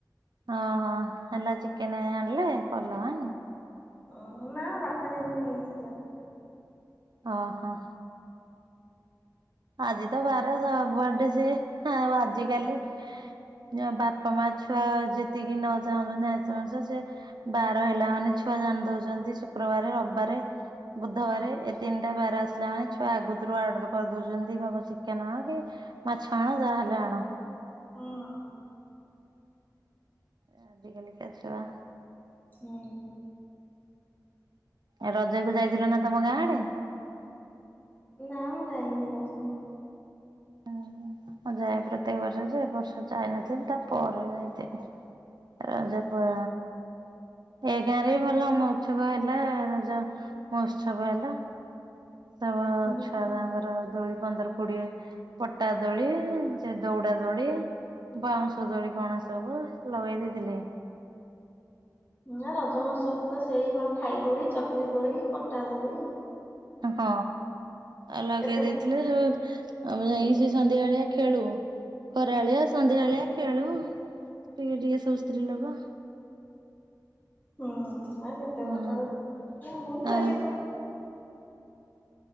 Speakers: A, on the right (about 80°); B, on the left (about 25°).
A: ଓହ ହେଲା ଚିକେନ ଆଣିଲେ କଲ ଆ
B: ଓ ନା ବାପା ଯାଇକି ନେଇ ଆସି ଥିଲା।
A: ଅ ହ। ଆଜି ତ ବାର ସବୁ ଆଡେ ସେ ଆଉ ଆଜିିକାଲି ଯ ବାପା ମା ଛୁଆ ଯେତିକି ନ ଚାହୁଁଛନ୍ତି ଆଇଁଷ ମାଂସଶ ସେ ବାର ହେଲା ମାନେ ଛୁ ଛୁଆ ଜାଣି ଦଉଛନ୍ତି ଶୁକ୍ରବାରେ, ରବିବାରେ। ବୁଧବାର ଏ ତିନିଟା ବାର ଆସିଲା ମାନେ ଛୁଆ ଆଗତୁରୁ ଅର୍ଡର କରିଦ କରି ଦଉଛନ୍ତି ବାପ ଚିକେନ ଆଣ କି ମାଛ ଆଣ ଯାହାହେଲେ ଆଣ।
B: ହଁ।
A: ଆଜିିକାଲିିକା ଛୁଆ।
B: ହୁଁ।
A: ଏ ରଜ କୁ ଯାଇଥିଲ ନା ତମ ଗାଁ ଆଡେ।
B: ନା ମ ମୁଁ ଯାଇନି ରଜ କୁ।
A: ହୁଁ ମୁଁ ଯାଏ ପ୍ରତ୍ୟେଆକ ବର୍ଷ ଯେ ବର୍ଷେ ଯାଇନଥିନି ତା ପରେ ଯାଇଥିଲି। ରଜ ପ ଏ ଗାଁରେ ବି ଭଲ ମହୋତ୍ସବ ହେଲା ରଜ ମହୋତ୍ସବ ହେଲା। ସବୁ
B: ହୁଁ
A: ଛୁଆ ତାଙ୍କର ଦୋଳି ପନ୍ଦର କୋଡିଏ ପଟା ଦୋଳି ସେ ଦୌଡା ଦୋଳି। ବାଉଁଶ ଦୋଳି କଣ ସବୁ ଲଗେଇ ଦେଇଥିଲେ।
B: <inaudible> ନା ରଜ ମହୋତ୍ସବ ତ ସେଇ କଣ ଖାଇଦୋଳି ଚକରି ଦୋଳି କଟା ଦୋଳି।
A: ହଁ ଆଉ ଲଗେଇ
B: କେତେ
A: ଦେଇେଥିଲେ ସେ ଆମେ ଯାଇ
B: ହୁଁ
A: କି ସେ ସନ୍ଧ୍ୟା ବେଳିଆ ଖେଳୁ ଖରାଳିଆ ସନ୍ଧ୍ୟାବେଳିଆ ଖେଳୁ ଟିକେ ଟିକେ ସବୁ ସ୍ତ୍ରୀ ଲୋକ।
B: ହୁଁ ଆ କେତେ
A: ହଁ
B: ଗୋରେ କୁଆଡୁ ମୁଁ ଖାଇଲିନି
A: ଆଉ